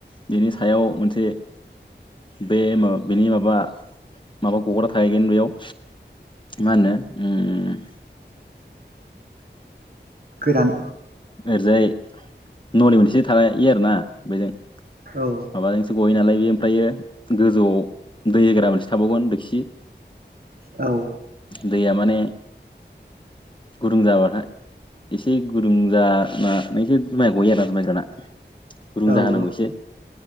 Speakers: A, on the left; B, on the right.
A: बेनि सायाव मोनसे बे मा बेनि माबा माबा गग्रा थाहैगोन बेयाव मा होनो ओ
B: गोरान
A: ओरैजाय नलि मोनसे थायो आरोना बेजों
B: औ
A: माबाजोंसो गयो नालाय बे ओमफ्रायो गोजौआव दै होग्रा मोनसे थाबावगोन देखसि
B: औ
A: दैया माने गुदुं जाबाथाय एसे गुदुं जानानैसो जुमाइ गयो आरोना जुमाइ जाना गुदुं
B: औ
A: जाहोनांगौ
B: औ
A: एसे